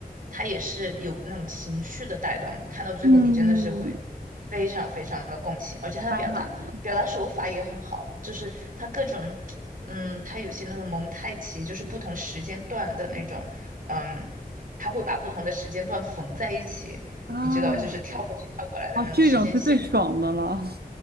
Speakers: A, on the right; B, on the right.
A: 它也是有那种情绪的带动。你看到最后，
B: 嗯，
A: 你真的是会非常非常的共情，而且它的表达。
B: 太好了
A: 表达手法也很好，就是它各种，嗯，它有些那种蒙太奇，就是不同时间段的那种，嗯，它会把不同的时间段缝在一起，
B: 啊，
A: 你知道吧？就是跳过去跳过来的那种时间线。
B: 哦，这种是最爽的了，